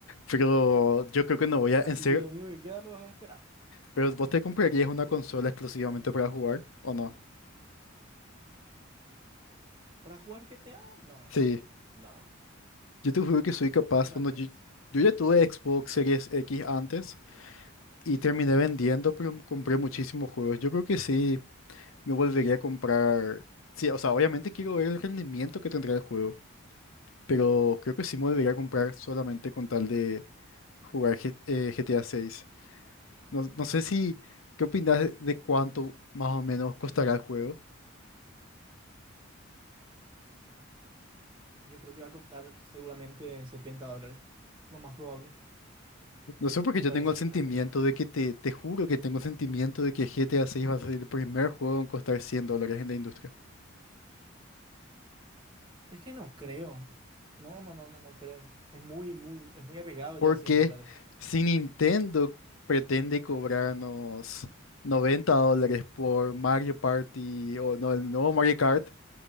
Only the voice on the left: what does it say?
pero yo creo que no voy a,
en serio,
pero vos te comprarías una consola exclusivamente para jugar, ¿o no?
Sí.
Yo te juro que soy capaz,
cuando yo, yo ya tuve Xbox Series X antes y terminé vendiendo, pero compré muchísimos juegos. Yo creo que sí, me volvería a comprar. Sí, o sea, obviamente quiero ver el rendimiento que tendrá el juego, pero creo que sí me volvería a comprar solamente con tal de jugar G- eh, GTA 6. No, no sé si, ¿qué opinas de de cuánto más o menos costará el juego?
No sé porque
yo
tengo el
sentimiento
de que te, te juro que tengo el sentimiento de que GTA 6 va a ser el primer juego en costar 100 dólares en la industria.
Porque
si Nintendo pretende cobrarnos 90 dólares por Mario Party o no, el nuevo Mario Kart,